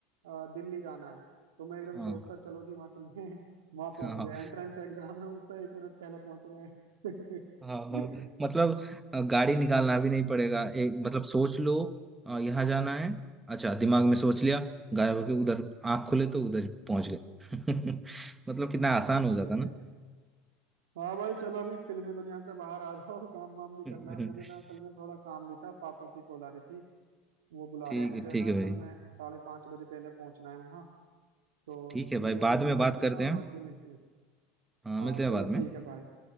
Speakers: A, on the right (about 80°); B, on the right (about 15°).
A: अ, दिल्ली जाना है तो मैं एकदम
B: हाँ
A: सोचता चलो जी वहां चलने वहां पहुंच
B: हाँ हाँ।
A: <laughs> गए एंट्रेंस एग्जाम है उससे एक मिनट पहले पहुंच रहे हैं
B: हाँ हाँ मतलब अ,
A: <laughs>
B: गाड़ी निकालना भी नहीं पड़ेगा एक मतलब सोच लो अ, यहाँ जाना है अच्छा दिमाग में सोच लिया गायब होके उधर आंख खुले तो उधर पहुंच गए <laughs> मतलब कितना आसान
A: हाँ
B: हो जाता
A: ये भी
B: ना
A: है हाँ भाई चलो अभी इस फिल्मी दुनिया से बाहर आ जाओ <laughs> काम वाम भी
B: <laughs>
A: करना है मुझे ना असल में थोड़ा काम भी था पापा की कॉल आ रही थी वो बुला
B: ठीक
A: रहे हैं मुझे
B: है ठीक
A: ना
B: है
A: असल
B: भाई
A: में साढ़े पाँच बजे पहले पहुंचना है वहाँ तो
B: ठीक है
A: तुम
B: भाई
A: भी अपना
B: बाद
A: ध्यान
B: में बात
A: रखना
B: करते हैं
A: बाकी मिलते हैं
B: हाँ
A: हाँ
B: मिलते हैं
A: चलो
B: बाद
A: ठीक
B: में
A: है भाई